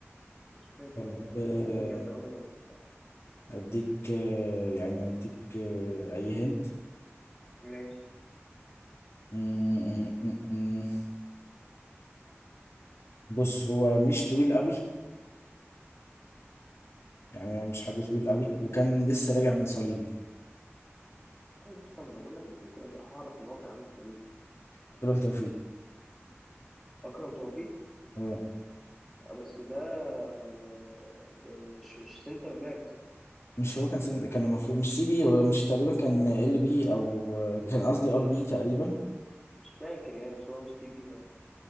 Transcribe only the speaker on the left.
طب
آه،
اديك آه، يعني اديك آه، اي هنت
م- م- م- م. بص هو مش طويل قوي يعني هو مش حد طويل قوي وكان لسه راجع من صليبي
اكرم توفيق
اه
مش هو كان سن... كان المفروض مش سي بي هو مش تقريبا كان ال بي او آه، كان قصدي ار
بي تقريبا